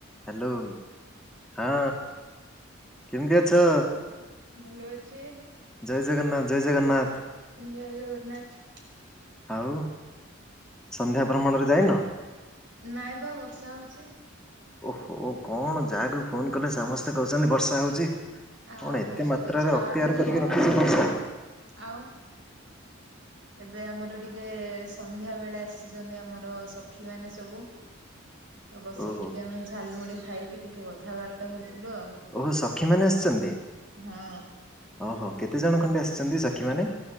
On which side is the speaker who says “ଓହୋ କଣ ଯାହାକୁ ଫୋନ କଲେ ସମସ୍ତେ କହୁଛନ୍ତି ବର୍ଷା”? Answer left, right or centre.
Centre